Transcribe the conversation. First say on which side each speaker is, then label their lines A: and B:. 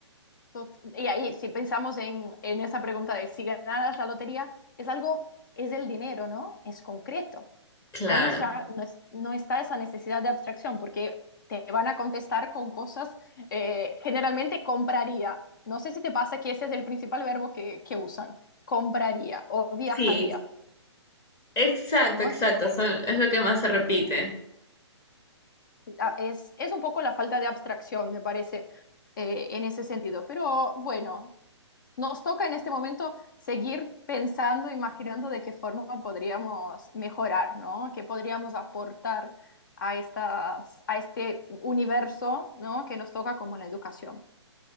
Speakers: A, on the left (about 40°); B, on the left (about 20°).
A: Tot- Y ahí, si pensamos en, en esa pregunta de si ganaras la lotería, es algo, es el dinero, ¿no? Es concreto.
B: Claro.
A: ahí ya no, es- no está esa necesidad de abstracción, porque te van a contestar con cosas, eh, generalmente compraría. No sé si te pasa que ese es el principal verbo que, que usan, compraría o viajaría,
B: Sí, exacto,
A: ¿no?
B: exacto,
A: Es,
B: son, es lo que más se repite.
A: ah, es, es un poco la falta de abstracción, me parece, eh, en ese sentido. Pero bueno, nos toca en este momento seguir pensando, imaginando de qué forma podríamos mejorar, ¿no? ¿Qué podríamos aportar a estas, a este universo, ¿no? Que nos toca como la educación.